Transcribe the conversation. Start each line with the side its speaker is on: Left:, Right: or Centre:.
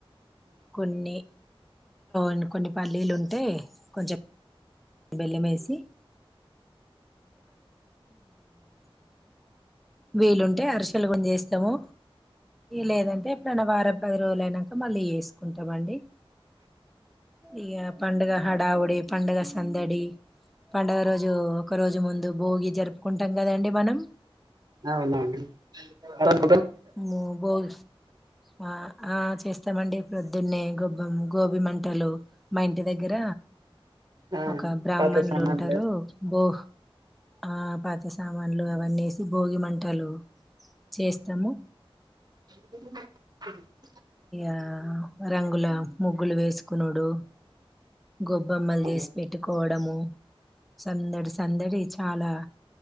Centre: కొన్ని ఇం కొన్ని పల్లీలు ఉంటే కొంచెం బెల్లమేసి <unintelligible> వీలుంటే అరిచె పెళ్లి కొడుకుని చేస్తాము లేదండి చెప్పినా వారం పది రోజులు అయినాక మళ్ళీ వేసుకుంటామండి ఇగ పండుగ హడావుడి పండుగ సందడి పండుగ రోజు ఒక రోజు ముందు భోగి జరుపుకుంటాం కదండి మనం
Right: అవును అండి అవును
Centre: బోల్ బోల్ట్స్ ఆ ఆ చేస్తామండి పొద్దున్నే గొబ్బం గోబి మంటలు మా ఇంటి దగ్గర
Right: ఆ
Centre: ఒక బ్రాహ్మణులు
Right: పాత సామాన్లు
Centre: ఉంటారు ఓహ్ ఆ పాత సామాన్లు అవన్నీ ఏసి భోగి మంటలు చేస్తాము
Right: <unintelligible>
Centre: ఆ రంగుల ముగ్గులు వేసుకునుడు గొబెమ్మల్
Right: అవును
Centre: చేసి పెట్టుకోవ అమ్మో సందడి సందడి చాలా